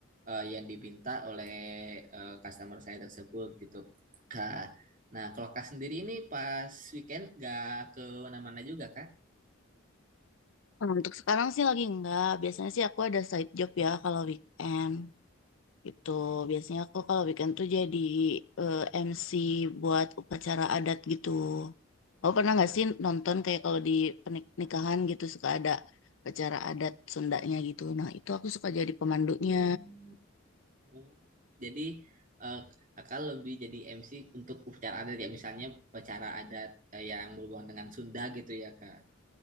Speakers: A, on the right; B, on the left.
A: eh, yang diminta oleh eh, customer saya tersebut gitu Kak. Nah, kalau Kak sendiri ini pas weekend gak ke mana-mana juga Kak?
B: Oh, Untuk sekarang sih lagi nggak. Biasanya sih aku ada side job ya kalau weekend gitu. Biasanya aku kalau weekend tuh jadi eh, MC buat upacara adat gitu. Kamu pernah nggak sih nonton kayak kalau di pernikahan gitu suka ada acara adat Sundanya gitu. Nah itu aku suka jadi pemandunya.
A: Hmm, Oh, jadi eh, Kakak lebih jadi MC untuk upacara adat ya misalnya upacara adat eh, yang berhubungan dengan Sunda gitu ya Kak.